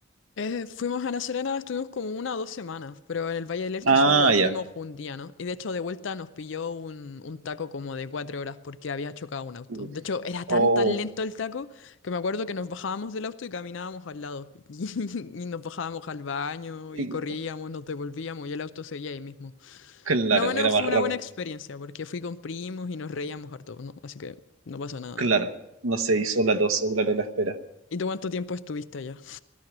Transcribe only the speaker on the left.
Eh, fuimos a La Serena, estuvimos como una o dos semanas, pero en el Valle del Elqui
solo fuimos
un día, ¿no? Y de hecho de vuelta nos pilló un, un taco como de cuatro horas porque había chocado un auto.
De hecho, era tan
tan lento el taco que me acuerdo que nos bajábamos del auto y caminábamos al lado. <laughs> Y, nos bajábamos al baño
y corríamos, nos devolvíamos y el auto seguía ahí mismo.
Lo menos
fue
una buena experiencia porque fui con primos y nos reíamos harto, ¿no? Así que no pasa nada.
¿Y tú cuánto tiempo estuviste allá?